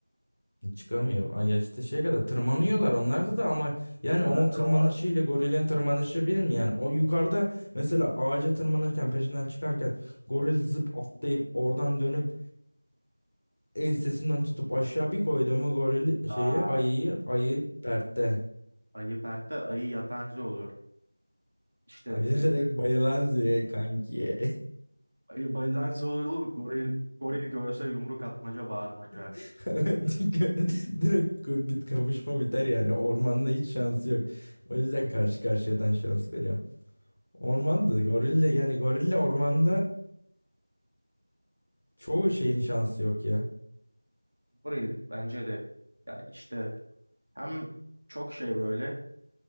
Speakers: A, on the left; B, on the right.
A: Çıkamıyor. Ay ya işte şeye kadar tırmanıyorlar onlarda da ama yani
B: Bu kadar
A: onun tırmanışı
B: tırmanamaz.
A: ile gorilin tırmanışı bir mi yani? O yukarıda mesela ağaca tırmanırken peşinden çıkarken goril zıp atlayıp oradan dönüp ensesinden tutup aşağı bir koydu mu goril
B: Aa,
A: şeyi ayıyı ayı dertte.
B: ayı pertte ayı yatancı olur. İşte
A: Ayı
B: zebra.
A: direkt bayılan züğe kanki.
B: Ayı bayılancı olur. Goril, goril görse yumruk atmaca bağırmaca.
A: <laughs> Çünkü direkt bit kavuşma biter yani. Ormanda hiç şansı yok. O yüzden karşı karşıyadan şans veriyorum. Ormanda gorille yani gorille ormanda Çoğu şeyin şansı yok ya.
B: Goril bence de. Ya işte hem çok şey böyle